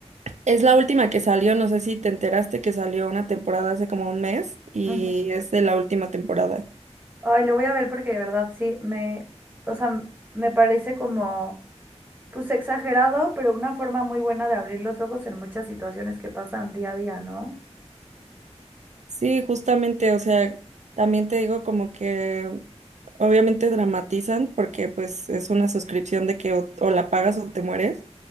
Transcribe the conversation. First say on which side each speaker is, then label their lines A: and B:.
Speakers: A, on the right; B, on the right.
A: Es la última que salió, no sé si te enteraste que salió una temporada hace como un mes y
B: Ujú.
A: es de la última temporada.
B: Ay, lo voy a ver porque de verdad sí, me, o sea, m- me parece como Pues exagerado, pero una forma muy buena de abrir los ojos en muchas situaciones que pasan día a día, ¿no?
A: Sí, justamente, o sea, también te digo como que obviamente dramatizan porque pues es una suscripción de que o, o la pagas o te mueres.